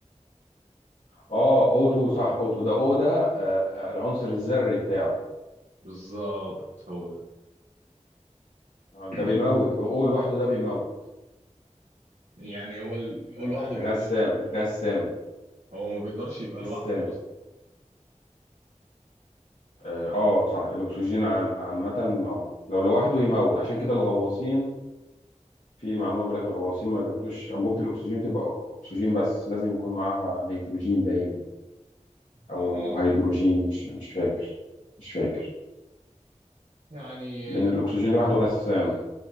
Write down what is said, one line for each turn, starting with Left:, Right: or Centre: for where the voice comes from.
Left: اه او 2 صح او 2 ده او ده آه آه، العنصر الذري بتاعه
Right: بالظبط هو ده
Left: آه، ده
Right: <clears throat>
Left: بيموت او أو لوحده ده بيموت
Right: يعني هو ال- هو
Left: آه
Right: لوحده
Left: غسام
Right: مش
Left: غسام
Right: هو ما بيقدرش يبقى لوحده
Left: غسام
Right: أصلا
Left: اه
Right: يعني
Left: آه، صح الاكسجين ع- عامة اه لو لوحده يموت عشان كده الغواصين في معلومة بيقول لك الغواصين ما بياخدوش أنبوبة الأكسجين بتبقى أكسجين بس لازم يكون معاها نيتروجين باين أو
Right: اه
Left: هيدروجين مش مش فاكر مش فاكر
Right: يعني
Left: لأن الأكسجين لوحده غسام